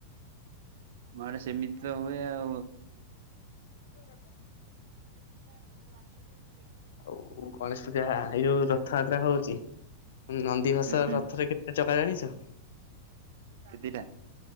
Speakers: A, on the right (about 70°); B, on the left (about 80°).
A: ଆମ ଆଡେ ସେମିତି ତ ହୁଏ ଆଉ।
B: <unintelligible>
A: <unintelligible> ମୁଁ ନଥିଲି ମି
B: ଆଉ ଗଣେଶ ପୂଜା ଏଇ ଯୋଉ ରଥଯାତ୍ରା ହଉଚି। ନନ୍ଦୀ ଘୋଷ
A: ହୁଁ
B: ରଥରେ କେତେ ଚକା ଜାଣିଛ?
A: କେତେ ଟା?